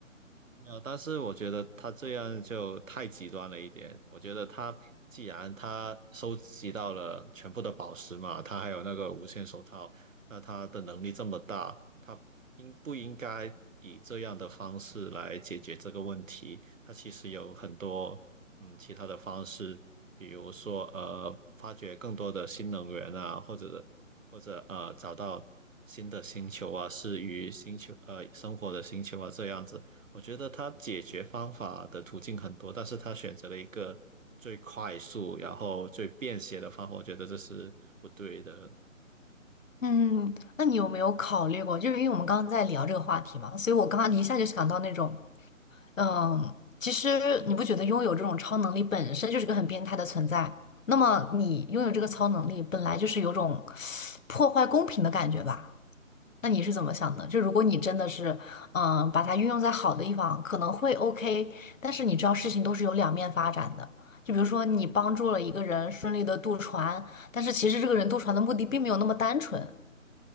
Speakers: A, on the right; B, on the left.
A: 没有，但是我觉得他这样就太极端了一点。我觉得他既然他收集到了全部的宝石嘛，他还有那个无限手套，那他的能力这么大，他应不应该以这样的方式来解决这个问题？他其实有很多嗯其他的方式，比如说呃发掘更多的新能源啊，或者或者呃找到新的星球啊，适于星球呃生活的星球啊这样子。我觉得他解决方法的途径很多，但是他选择了一个最快速，然后最便携的方法，我觉得这是不对的。
B: 嗯，那你有没有考虑过？就是因为我们刚刚在聊这个话题嘛，所以我刚刚一下就想到那种嗯，其实你不觉得拥有这种超能力本身就是个很变态的存在？那么你拥有这个超能力，本来就是有种破坏公平的感觉吧？那你是怎么想的？就如果你真的是，嗯，把它运用在好的地方，可能会 OK，但是你知道事情都是有两面发展的。就比如说你帮助了一个人顺利的渡船，但是其实这个人渡船的目的并没有那么单纯，